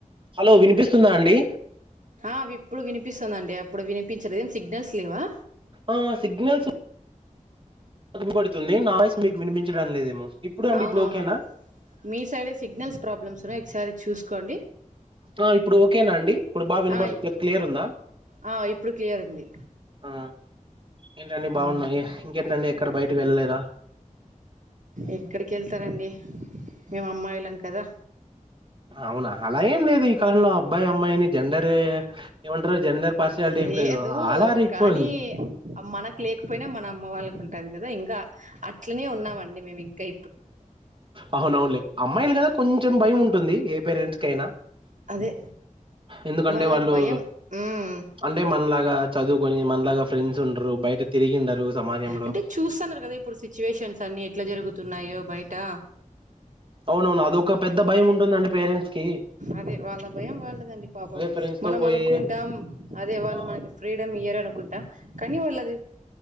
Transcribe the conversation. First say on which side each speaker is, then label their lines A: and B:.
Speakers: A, on the right; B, on the right.
A: హలో వినిపిస్తుందా అండి
B: ఆ ఇప్పుడు వినిపిస్తుందిండి అప్పుడు వినిపించలేద్ సిగ్నల్స్ లేవా
A: ఆ సిగ్నల్స్ వినపడుతుంది నా వాయిస్ మీకు వినిపించడం లేదేమో ఇప్పుడు అండి
B: అవునవును
A: ఇప్పుడు ఓకేనా
B: మీ సైడ్ే సిగ్నల్స్ ప్రాబ్లమ్స్ ఉన్నాయి ఒకసారి చూసుకోండి
A: ఆ ఇప్పుడు ఓకేనా అండి ఇప్పుడు బా వినబడుతుందా
B: ఆ ఇ-
A: క్లియర్ ఉందా
B: ఆ ఇప్పుడు క్లియర్ ఉంది
A: ఆ ఏంటండి బాగున్నాయి
B: ఆ
A: ఇంకేంటండి ఎక్కడ బయటికి వెళ్ళలేదా
B: ఎక్కడికేళ్తారండి మేము అమ్మాయిళం కదా
A: అవునా అలా ఏం లేదు ఈ కాలంలో అబ్బాయి అమ్మాయని జెండర్ ఏమంటారు జెండర్ పార్షియాలిటీ
B: లేదు
A: ఏం ఆల్ ఆర్ ఈక్వల్
B: కానీ మనకు లేకపోయినా మన అమ్మ వాళ్ళకు ఉంటది కదా ఇంకా అట్లనే ఉన్నామండి మేము ఇంకా ఇ
A: అవునవునులే అమ్మాయిలు కదా కొంచెం భయం ఉం టుంది ఏ పేరెంట్స్ కైనా
B: అదే
A: ఎందుకంటే
B: వాళ్ళకి
A: వాళ్ళు
B: భయం ఉమ్
A: అంటే మనలాగా చదువు ఓని మన లాగా ఫ్రెండ్స్ ఉండరు. బయట తిరిగిండరు సమాజంలో.
B: అంటే చూస్తున్నారు కదా ఇప్పుడు సిచ్యువేషన్స్ అన్ని ఎట్లా జరుగుతున్నాయో బయ ట
A: అవునవును అదొక పెద్ద భయం ఉంటుందండి పేరెంట్స్ కి
B: అదే వాళ్ళ భయం వాళ్ళదండి పాపం
A: ఫ్రెండ్స్‌తో
B: మనం
A: పోయి
B: అనుకుంటాం అదే వాళ్ళు
A: ఆ!
B: మనకి ఫ్రీడమ్ ఈయ ఏరరునుకుంటా కనీ వాళ్ళది